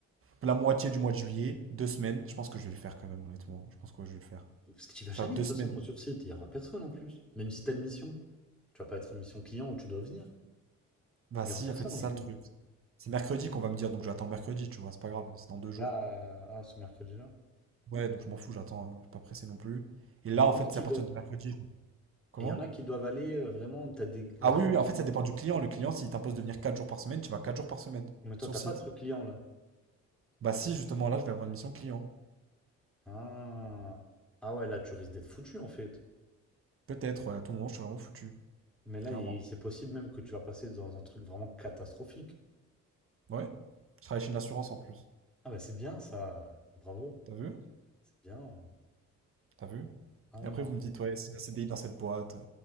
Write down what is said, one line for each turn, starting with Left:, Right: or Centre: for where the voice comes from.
Right: la moitié du mois de juillet, deux semaines. Je pense que je vais le faire quand même, honnêtement. Je pense que ouais, je vais le faire.
Centre: Parce que tu vas
Right: Je
Centre: jamais
Right: vais faire deux
Centre: de toute
Right: semaines.
Centre: façon sur site, il y aura personne en plus. Même si t'as une mission, tu vas pas être une mission client où tu dois venir.
Right: Bah
Centre: Il
Right: si,
Centre: y aura personne
Right: en fait, c'est
Centre: en
Right: ça
Centre: juillet.
Right: le truc. C'est mercredi qu'on va me dire, donc j'attends le mercredi, tu vois, c'est pas grave, c'est dans deux jours.
Centre: Là, euh, ah, ce mercredi-là.
Right: Ouais, donc je m'en fous, j'attends, euh, je suis pas pressé non plus. Et là,
Centre: Mais il y
Right: en
Centre: en
Right: fait,
Centre: a qui
Right: c'est à partir
Centre: doivent.
Right: de mercredi. Comment?
Centre: Et il y en a qui doivent aller euh, vraiment. T'as des, des
Right: Ah oui,
Centre: gens
Right: oui,
Centre: qui.
Right: en fait, ça dépend du client. Le client, s'il t'impose de venir 4 jours par semaine, tu vas 4 jours par semaine
Centre: Mais toi,
Right: sur
Centre: t'as
Right: site.
Centre: pas de truc client là.
Right: Bah si, justement, là, je vais avoir une mission client.
Centre: Ah. Ah ouais, là, tu risques d'être foutu en fait.
Right: Peut-être, ouais, à tout moment, je suis vraiment foutu,
Centre: Mais là,
Right: clairement.
Centre: il- c'est possible même que tu vas passer dans un truc vraiment catastrophique.
Right: Ouais, je travaille chez une assurance en plus.
Centre: Ah bah c'est bien ça, bravo,
Right: T'as vu?
Centre: c'est bien.
Right: T'as vu?
Centre: Ah oui,
Right: Et après,
Centre: non,
Right: vous me dites, ouais, c'est un C D I dans cette boîte. euh,